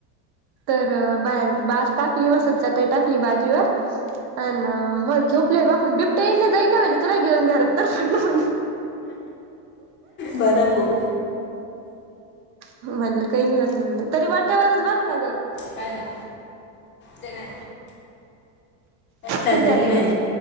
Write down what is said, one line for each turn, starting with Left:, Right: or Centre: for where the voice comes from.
Right: तर बाहेर बास टाकली मग असच चटई टाकली बाजीवर अन मग झोपलेय बापण बिबट्या येईना जाई ना म्हणे <unintelligible> तुला घेऊन घरात तर म्हणे.
Left: बर बो.
Right: म्हणलं काही नाही होतं म्हणलं तरी वाट्यावरच बरं का गं.
Left: पाहिला. ते नाही. चार्जिंग
Right: किती झाले
Left: नाही,
Right: ग